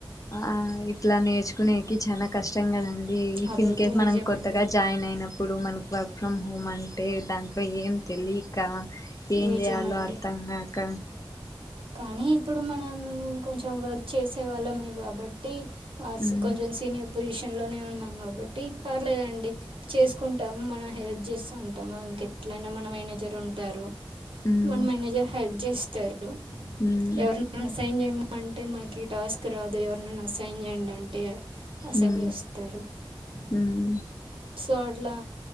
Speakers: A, on the left; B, on the right.
A: ఆ ఇట్ల నేర్చు కునేకి చానా చ్చం కదండి ఇఫ్
B: అదైతే
A: ఇన్ కేస్ మనం
B: నిజమండి
A: కొత్తగా జాయిన్ అయినప్పుడు మనకు వర్క్ ఫ్రమ్ హోమ్ అంటే అంటే దాంట్లో ఏం తెలియక ఏం
B: నిజమండి
A: చేయాలో అర్థంగాక
B: కానీ ఇప్పుడు మనం కొంచెం వర్క్ చేసే వాళ్ళమే కాబట్టి అస్
A: ఉమ్
B: కొంచెం సీనియప్ పొజిషన్లోనే ఉన్నాం కాబట్టి పర్లేదండి చేసుకుంటాము మనం హెల్ప్ చేస్తూ ఉంటాము ఇంక ఎట్లనా మన మేనేజర్ ఉంటారు
A: ఉమ్
B: మన మేనేజర్ హెల్ప్ చేస్తారు
A: ఉమ్
B: ఎవరి సైన్ చేయ అంటే మాకు ఈ టాస్క్ రాదు ఎవరిన్న అసైన్ చేయండి అంటే అసైన్
A: ఉమ్
B: చేస్తారు
A: ఉమ్
B: సో అట్లా